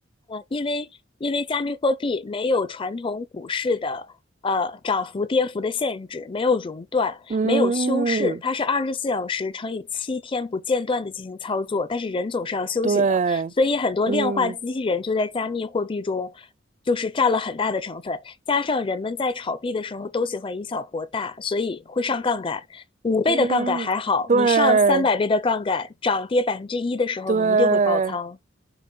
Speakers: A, on the left; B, on the right.
A: 因为因为加密货币没有传统股市的呃涨幅跌幅的限制，没有熔断，
B: 嗯，
A: 没有休市，它是二十四小时乘以七天不间断的进行操作，但是人总是要休息的，
B: 对，
A: 所以很多量化机器人就在加密货币中。
B: 嗯
A: 就是占了很大的成分，加上人们在炒币的时候都喜欢以小博大，所以会上杠杆。五倍的杠杆还好，
B: 嗯，对
A: 你上三百倍的杠杆，涨跌百分之一的时候，
B: 对。
A: 你一定会爆仓。